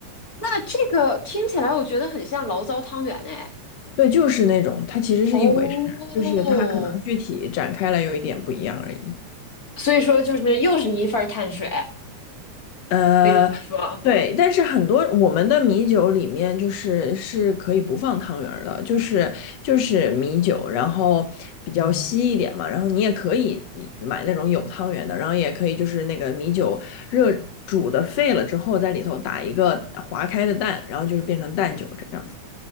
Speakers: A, on the left; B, on the left.
A: 那这个听起来我觉得很像醪糟汤圆哎。
B: 对，就是那种，它其实是一回事，
A: 哦，
B: 就是它可能具体展开来有一点不一样而已。
A: 所以说就是又是一份儿碳水，
B: 呃，
A: 可以这么说。
B: 对，但是很多我们的米酒里面就是是可以不放汤圆儿的，就是就是米酒，然后比较稀一点嘛，然后你也可以以买那种有汤圆的，然后也可以就是那个米酒热煮的沸了之后，在里头打一个划开的蛋，然后就是变成蛋酒这样。子。